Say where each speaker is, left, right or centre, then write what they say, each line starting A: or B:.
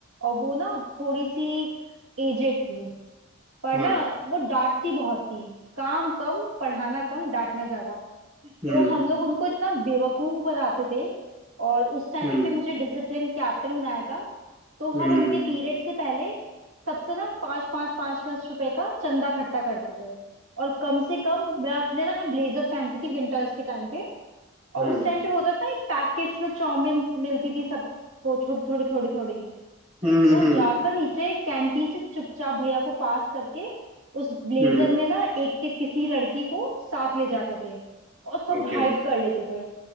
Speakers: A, on the right; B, on the right.
A: और वो ना थोड़ी सी एजेड थी पर
B: हाँ
A: ना वो डांटती बहुत थी काम कम पढ़ाना कम डांटना ज्यादा
B: हम्म
A: तो हम लोग उनको इतना बेवकूफ बनाते थे और उस टाइम
B: हम्म
A: पे मुझे डिसिप्लिन कैप्टन बनाया था तो हम
B: हम्म
A: उनके पीरियड से पहले सबसे ना पाँच पाँच पाँच पाँच रुपए का चंदा इकट्ठा करते थे और कम से कम मैं अपने ना ब्लेजर पहनती थी विंटर्स के टाइम पे और
B: हम्म
A: उस टाइम पे होता था एक पैकेट्स में चाउमीन मिलती थी सबको छोटी थोड़ी थोड़ी थोड़ी
B: हम्म हम्म
A: तो
B: हम्म
A: जाकर नीचे कैंटीन से चुपचाप भैया को पास करके उस ब्लेजर
B: हम्म
A: में ना एक के किसी लड़की को साथ ले जाते थे और सब
B: ओके
A: हाइड कर लेते थे